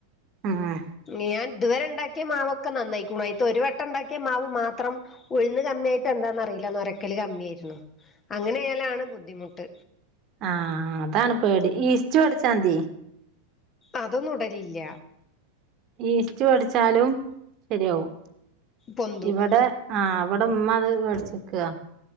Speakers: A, on the right; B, on the left.
A: ആഹ്
B: ഞ് യാൻ ഇതുവരെ ഉണ്ടാക്കിയ മാവൊക്കെ നന്നായിക്ക്‌ണു ഒരു വട്ടം ഉണ്ടാക്കിയ മാവ് മാത്രം ഉഴുന്ന് കമ്മിയായിട്ട് എന്താന്ന്റിയില്ല നരക്കല് കമ്മിയ ആയിരുന്നു അങ്ങനെ ആയാലാണ് ബുദ്ധിമുട്ട്
A: ആ അതാണ് പേടി ഈസ്റ്റ് വെടിച്ചാമതി
B: അതൊന്നുംടലില്ല
A: ഈസ്റ്റ് വെടി ച്ചാലും ശരിയാവും
B: പൊന്തും
A: ഇവിടെ ആ ഇവിടെ ഉമ്മ അത് വേടിച്ചക്കാ